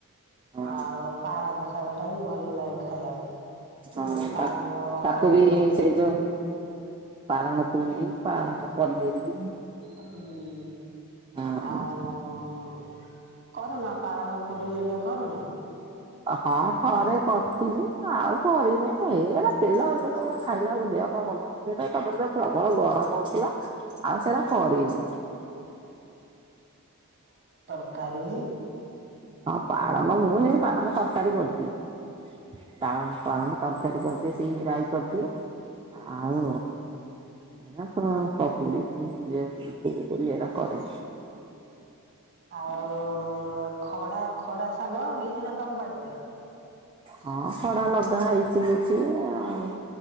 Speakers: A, on the right; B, on the right.
A: ହଁ
B: ଆଉ ପାଳଙ୍ଗ ସାଗଟା ବି ଭଲ ଲାଗେ ଖାଇବାକୁ।
A: ହଁ
B: ହୁଁ ପାଳଙ୍ଗରେ
A: ତା ତାକୁ ବି
B: ପୁରୀ
A: ସେଇ ଯୋଉ ପାଳଙ୍ଗ ପୁରି ପାଳଙ୍ଗ ପନିରି।
B: ହୁଁ
A: ହଁ
B: ଆଉ। କରୁନ ପାଳଙ୍ଗ ପୁରି ଏରିକା କରୁନ।
A: ହଁ ଥରେ କରିଥିଲି। ଆଉ କରିନି ଏଇ ଉରା ତେଲ ତେଲ ଗୁରା ଖାଇଲା ବେଳକୁ ଦେହ ପା ଭଲ ମନ୍ଦ ହୁଏ। ତାପରେ ପ୍ରବଳ ଗରମ ହଉଥିଲା। ଆଉ ସେଇରା
B: ହଁ
A: କରିନି।
B: କଲି।
A: ହଁ ପାଳଙ୍ଗ ମୁଁ ହେଇ ପାଳଙ୍ଗ ତରକାରୀ କରିଥିଲି। ପାଳନ ପାଳନ। ତରକାରୀ କରିଦିଏ। ସେଇ ରାଇ କରିଦିଏ। ଆଉ ଏରା ପ୍ର ପକୁଡି ପୁରି ଫୁରୀ ଏରା କରିନି।
B: ଆଉ ଖଡା ଖଡା ଶାଗ ହେଇଛି ନା ତମ ବାଡିରେ।
A: ହଁ ଖଡା ଲଗା ହେଇଛି କିଛି। ଆଉ